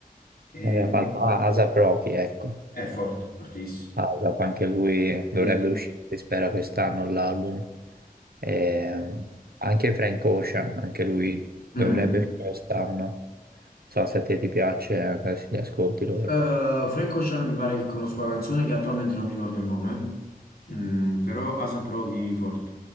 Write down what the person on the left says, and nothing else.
Eh,
poi-
è forte, fortissimo.
Sì, sì.
Mm.
Eh, Frank Ocean mi pare che conosco la canzone che attualmente non mi ricordo il nome, Mm, però ASAP Rocky forte,